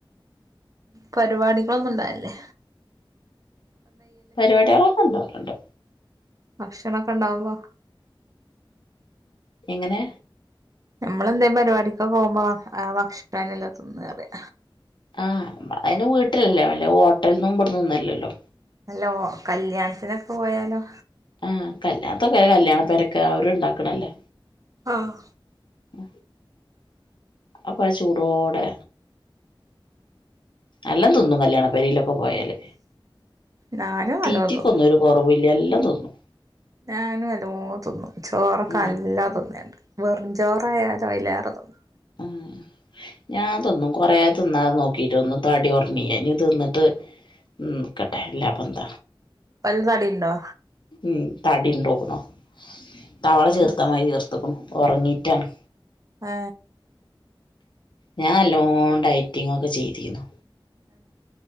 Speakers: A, on the right; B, on the left.
A: പരിപാടികളൊന്നുംണ്ടായല്ലേ
B: പരിപാടികളൊക്കെ ഉണ്ടാവറുണ്ട്
A: ഭക്ഷണൊക്കെ ഇണ്ടാവുമ്പോ
B: എങ്ങനെ
A: നമ്മളെന്തേ പരിപാടിക്കെ പോകുമ്പോ ഭക്ഷണാനല്ല തിന്ന റ
B: ആഹ് അതിന് വീട്ടിലല്ലേ അല്ല ഹോട്ടലന്നും ഇവിടുന്നന്നല്ലല്ലോ
A: അല്ലോ കല്യാണത്തിനൊക്കെ പോയാലോ
B: ആഹ് കല്യാണത്തൊക്കെ കല്യാണം പെരക്ക് അവരു ഇണ്ടാക്കണല്ലേ
A: ആഹ
B: അ അപ്പൊത് ചൂടോടെ എല്ലാം തിന്നും കല്യാണം പരിലൊ ക്കെ പോയല്
A: ഞാനും നല്ലോം
B: തീറ്റിക്കൊന്നും
A: തിന്നും
B: ഒരു കൊറവില്ല എല്ലാം തിന്നും
A: ഞാനും നല്ലോം തിന്നും ചോറൊക്കെനല്ലം
B: ഉം
A: തിന്നലുണ്ട് വെറും ചോറായാൽ അയിലേറേ തിന്നും
B: ആ ഞാൻ തിന്നും കൊറേ തിന്നാതെ നോക്കിറ്റൊന്നും തടികോർന്നില്ല ഇനി തിന്നിട്ട് ഉം നിക്കട്ടെ അല്ലാദേ പന്ത
A: ഇപ്പല്ല തടി ഉണ്ടോ
B: ഉം തടിണ്ടോന്നേ തവള ചീർത്തമായിരി
A: ഉം
B: ചിർത്ത ക്കുന്നു ഉറങ്ങിട്ടാണ്
A: ഏ
B: ഞാൻ നല്ലോം ഡൈറ്റിംഗ് ഒക്കെ ചെയ്തീനു
A: ഉം